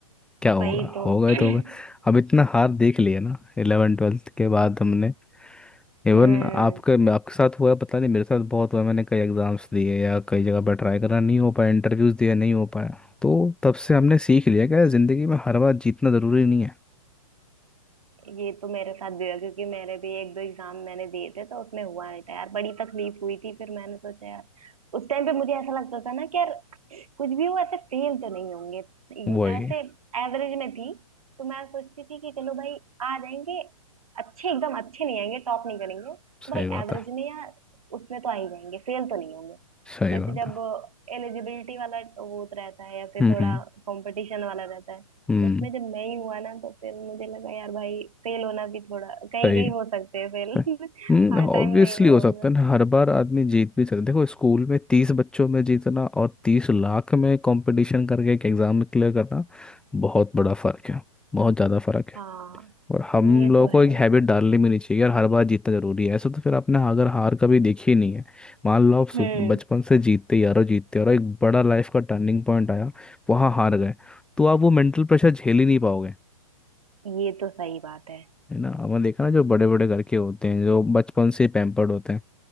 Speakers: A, in the centre; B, on the right.
A: क्या होगा
B: वही तो
A: होगा
B: <clears throat>
A: ही तो होगा अब इतना हार देख लिया ना इलेवन ट्वेल्थ के बाद हमने इवन
B: हम्म
A: आपके आपके साथ हुआ है, पता नहीं मेरे साथ बहुत हुआ है, मैंने कई एग्जाम्स दिए या कई जगह पर ट्राई करा नहीं हो पाया इंटरव्यूज दिए नहीं हो पाया तो तब से हमने सीख लिया कि यार, जिंदगी में हर बार जीतना जरूरी नहीं है
B: ये तो मेरे साथ भी हुआ क्योंकि मेरे भी एक दो एग्जाम मैंने दिए थे तो उसमें हुआ नहीं था यार बड़ी तकलीफ हुई थी फिर मैंने सोचा यार उस टाइम पे मुझे ऐसा लगता था ना कि यार कुछ भी हो ऐसे फेल तो नहीं होंगे
A: वही
B: ऐसे एवरेज में थी तो मैं सोचती थी कि चलो भाई आ जाएंगे अच्छे एकदम अच्छे नहीं आएंगे टॉप नहीं करेंगे तो
A: सही
B: भाई
A: बात
B: एवरेज
A: है
B: में या उसमें तो आ ही जाएंगे फेल तो नहीं होंगे
A: सही
B: बट
A: बात
B: जब
A: है
B: एलिजिबिलिटी वाला वो रहता है या फिर
A: हम्म
B: थोड़ा
A: हम्म
B: कंपटीशन वाला रहता है तो
A: हम्म
B: उसमें जब नहीं हुआ ना तो फिर मुझे लगा यार भाई फेल होना भी थोड़ा कहीं
A: सही
B: कहीं हो सकते हैं
A: सही
B: फेल <laughs>
A: हम्म
B: हर
A: ऑब्वियसली
B: टाइम नहीं होगा
A: हो सकता है ना हर बार आदमी जीत भी सकता है देखो स्कूल में तीस बच्चों में जीतना और तीस लाख में कंपटीशन करके एक एग्जाम में क्लियर करना बहुत बड़ा फर्क है बहुत ज़्यादा फर्क है
B: हाँ
A: और हम
B: ये
A: लोगों
B: तो
A: को
B: है
A: एक हैबिट डालनी भी नहीं चाहिए यार हर बार जीतना जरूरी है ऐसा तो फिर आपने अगर हार कभी देखी ही नहीं है मान लो आप सु-
B: हम्म
A: बचपन से जीतते यारो जीतते और एक बड़ा लाइफ का टर्निंग पॉइंट आया वहाँ हार गए तो आप वो मेंटल प्रेशर झेल ही नहीं पाओगे
B: ये तो सही बात है
A: है ना आपने देखा ना जो बड़े बड़े घर के होते हैं जो बचपन से पैम्पर्ड होते हैं